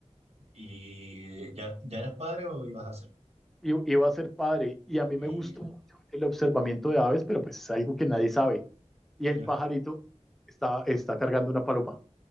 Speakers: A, on the right; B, in the centre.
A: ¿Y eh, ya, ya eras padre o ibas a hacerlo?
B: y iba a ser padre, y a mí
A: Mira,
B: me gustó mucho el observamiento de aves, pero pues es algo que nadie sabe, y el
A: ya.
B: pajarito está, está cargando una paloma.